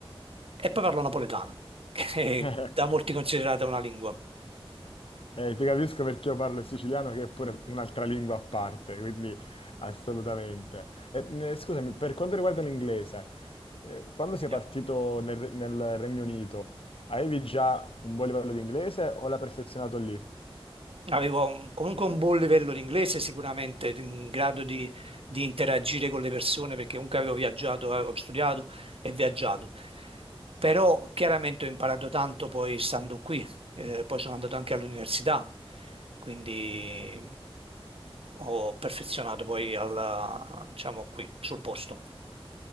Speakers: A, on the right; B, on the left.
A: E poi parlo napoletano, <laughs> che è
B: <laughs>
A: da molti considerata una lingua.
B: Eh, ti capisco perché io parlo il siciliano, che è pure un'altra lingua a parte, quindi assolutamente. E, mh, scusami, per quanto riguarda l'inglese, eh, quando sei
A: Eh,
B: partito nel, Re- nel Regno Unito, avevi già un buon livello di inglese o l'hai perfezionato lì?
A: Avevo un- comunque un buon livello di inglese, sicuramente in grado di, di interagire con le persone, perché comunque avevo viaggiato, eh, ho studiato e viaggiato. Però chiaramente ho imparato tanto poi stando qui, eh, poi sono andato anche all'università, quindi ho perfezionato poi alla, diciamo qui, sul posto.